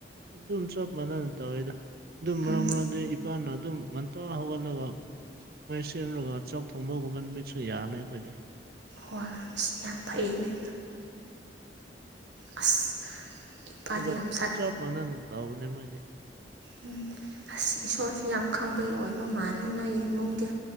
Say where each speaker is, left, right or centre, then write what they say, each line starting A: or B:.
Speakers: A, on the right; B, on the right.
A: ꯑꯗꯨꯝ ꯆꯞ ꯃꯟꯅ ꯇꯋꯥꯦꯗ꯫ ꯑꯗꯨꯝ ꯃꯔꯛ
B: ꯎꯝ
A: ꯃꯔꯛ ꯑꯗꯨ ꯏꯄꯥꯅ ꯑꯗꯨꯝ ꯉꯝꯇ ꯍꯧꯒꯠꯂꯒ ꯃꯣꯏ ꯁꯦꯝꯂꯨꯔꯒ ꯆꯥꯛ ꯊꯣꯡꯕꯒꯨꯝꯕ ꯅꯨꯃꯤꯠꯁꯨ ꯌꯥꯝꯃꯦ ꯑꯈꯣꯏꯗꯤ꯫
B: <unintelligible> ꯌꯥꯝ ꯐꯩꯅꯦ꯫ ꯑꯁ ꯏꯄꯥꯗꯤ
A: ꯊꯕꯛ
B: ꯌꯥꯝ ꯁꯥꯠ
A: ꯆꯞ ꯃꯅꯅ ꯇꯧꯕꯅꯦ ꯃꯣꯏꯅꯦ꯫
B: ꯎꯝ ꯑꯁ ꯏꯁꯣꯔꯁꯨ ꯌꯥꯝ ꯈꯪꯕꯒꯤ ꯑꯣꯏꯕ ꯃꯥꯜꯂꯦ ꯅꯣꯏꯒꯤ ꯏꯃꯨꯡꯗꯨ꯫